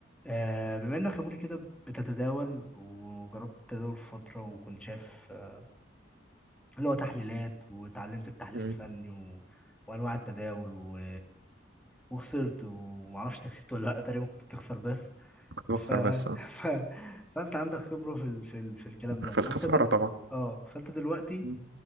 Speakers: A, in the centre; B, on the right (about 60°).
A: آه، بما انك يا موري كده بتتداول وجربت التداول فترة وكنت شايف آه، اللي هو تحليلات واتعلمت التحليل
B: مم.
A: الفني و... وانواع التداول و... وخسرت ومعرفش انت كسبت ولا لا تقريبا كنت بتخسر بس
B: كنت بخسر
A: ف... <laughs>
B: بس اه
A: ف... فانت عندك خبرة في ال... في ال... في الكلام ده
B: في
A: فانت
B: الخسارة
A: دل...
B: طبعا
A: اه فانت دلوقتي
B: مم.